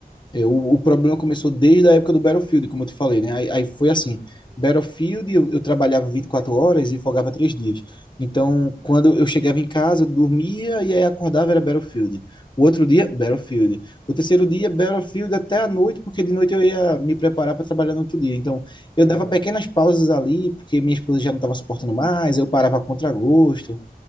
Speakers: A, on the left; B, on the right.
A: Eu, o o problema começou desde a época do Battlefield, como eu te falei, né? Aí, aí foi assim,
B: Ah, sim.
A: Battlefield eu, eu trabalhava 24 horas e folgava 3 dias. Então,
B: Aham.
A: quando eu chegava em casa, eu dormia e aí acordava era Battlefield. O outro dia, Battlefield. O terceiro dia, Battlefield até a noite, porque de noite eu ia me preparar para trabalhar no outro dia. Então, eu
B: Aham.
A: dava pequenas pausas ali, porque minha esposa já não estava suportando mais, eu parava a contragosto.